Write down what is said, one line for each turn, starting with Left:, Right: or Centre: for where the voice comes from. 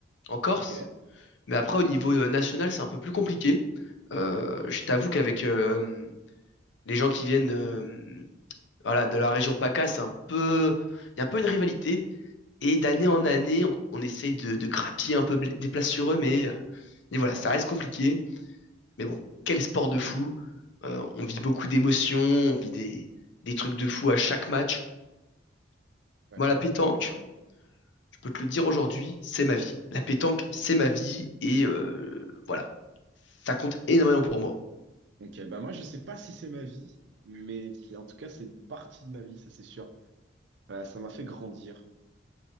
Left: en Corse.
Right: OK.
Left: Mais après, au niveau euh, national, c'est un peu plus compliqué. Euh, je t'avoue qu'avec euh, les gens qui viennent euh, voilà, de la région PACA, c'est un peu, il y a un peu une rivalité. Et d'année en année, on, on essaye de, de grappiller un peu bl- des places sur eux, mais, euh, mais voilà, ça reste compliqué. Mais bon, quel sport de fou. Euh, on vit beaucoup d'émotions, on vit des, des trucs de fou à chaque match.
Right: Ouais.
Left: Moi, la pétanque,
Right: Ouais.
Left: je peux te le dire aujourd'hui, c'est ma vie. La pétanque, c'est ma vie et euh, voilà, ça compte énormément pour moi.
Right: Ok, bah moi je sais pas si c'est ma vie, mais qui- en tout cas c'est une partie de ma vie, ça c'est sûr. Euh, ça m'a fait grandir,